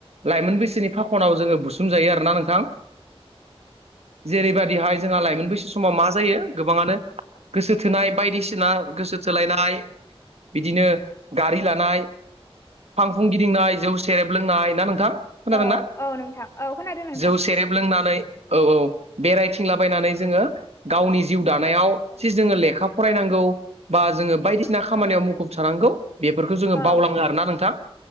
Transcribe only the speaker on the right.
लाइमोन बैसोनि फाखनाव जोङो बुसुमजायो आरोना नोंथां जेरैबायाददिहाय जोंहा लाइमोन बैसो समाव मा जायो गोबाङानो गोसो थोनाय बायदिसिना गोसो थोलायनाय बिदिनो गारि लानाय फांफुं गिदिंनाय जौ सेरेब लोंनाय ना नोंथां खोनादोंना
जौ सेरेब लोंनानै औ औ बेरायथिंलाबायनानै जोङो गावनि जिउ दानायाव
जि जोङो लेखा फरायनांगौ बा जोङो बायदिसिना खामानियाव मुखुब थानांगौ बेफोरखौ जोङो
बावलाङो आरोना नोंथां